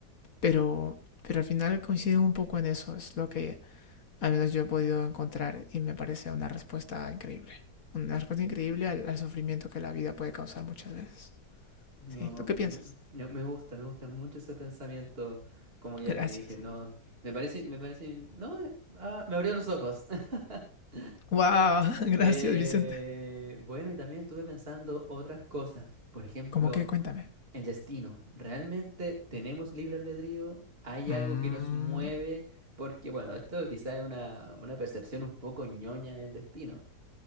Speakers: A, on the left; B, on the right.
A: Pero, pero al final coinciden un poco en eso, es lo que al menos yo he podido encontrar y me parece una respuesta increíble. Una respuesta increíble al, al sufrimiento que la vida puede causar muchas veces.
B: No,
A: ¿Sí? ¿Tú qué
B: me,
A: piensas?
B: me- me- me gusta, me gusta mucho ese pensamiento, como ya
A: Gracias.
B: te dije, no, me parece, me parece, no, eh, ah, me abrió los ojos. <laughs>
A: ¡Wow! <laughs> Gracias,
B: Eh,
A: Vicente.
B: bueno, y también estuve pensando otras cosas, por ejemplo,
A: ¿Cómo qué? Cuéntame.
B: el destino. ¿Realmente tenemos libre albedrío? ¿Hay
A: Mm,
B: algo que nos mueve? Porque, bueno, esto quizá es una, una percepción un poco ñoña del destino,